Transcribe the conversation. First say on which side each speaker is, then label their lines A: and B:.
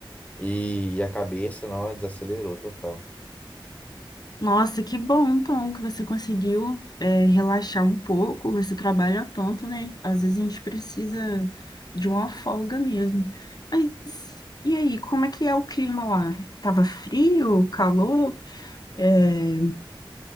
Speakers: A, on the left (about 15°); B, on the left (about 45°).
A: e a cabeça, não, desacelerou total.
B: Nossa, que bom, então, que você conseguiu, é, relaxar um pouco. Você trabalha tanto, né? Às vezes a gente precisa de uma folga mesmo. Mas e aí, como é que é o clima lá? Tava frio, calor? É,